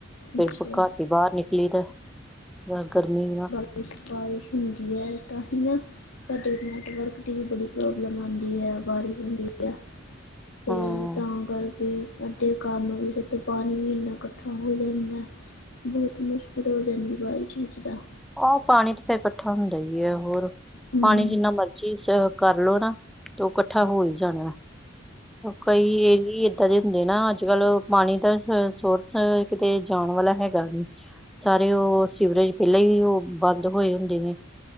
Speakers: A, in the centre; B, on the left.
A: ਫੇਰ
B: ਅੱਛਾ
A: ਬੀ ਘੱਟ ਈ ਬਾਰ ਨਿਕਲੀ ਦਾ, ਨਾ ਗਰਮੀ ਨਾ।
B: ਕੁੁ ਬਾਰਿਸ਼ ਹੁੰਦੀ ਐ, ਤਾਂ ਹੀ ਨਾ ਸਾਡੇ ਓ ਨੈਟਵਰਕ ਦੀ ਵੀ ਬੜੀ ਪ੍ਰੋਬਲਮ ਆਂਦੀ ਐ, ਬਾਰਿਸ਼ ਹੁੰਦੀ ਐ। ਫੇਰ
A: ਹਾਂ
B: ਤਾਂ ਕਰਕੇ ਅੱਧੇ ਕੰਮ ਵੀ ਉਤੋ ਪਾਣੀ ਵੀ ਏਨਾ ਕੱਠਾ ਹੋ ਜਾਂਦਾ, ਬੋਤ ਮੁਸ਼ਕਿਲ ਹੋ ਜਾਂਦੀ, ਬਾਰਸ਼ ਵਿੱਚ ਤਾਂ
A: ਔ ਪਾਣੀ ਤਾਂ ਫੇਰ ਕੱਠਾ ਹੁੰਦਾ ਈ ਏ। ਹੋਰ
B: ਹਮ
A: ਪਾਣੀ ਜਿੰਨਾ ਮਰਜ਼ੀ ਕਰਲੋ ਨਾ, ਤੋ ਓ ਕੱਠਾ ਹੋ ਈ ਜਾਣਾ, ਕਈ ਏ ਹੀ ਏ ਤਦੇ ਹੁੰਦੇ ਨਾ। ਅੱਜ ਕੱਲ ਪਾਣੀ ਦਾ ਸੋਰਸ ਕਿਤੇ ਜਾਣ ਵਾਲਾ ਹੈਗਾ ਨੀ। ਸਾਰੇ ਓ ਸੀਵਰੇਜ ਪੈਲਾਂ ਈ ਓ ਬੰਦ ਹੋਏ ਹੁੰਦੇ ਨੇ।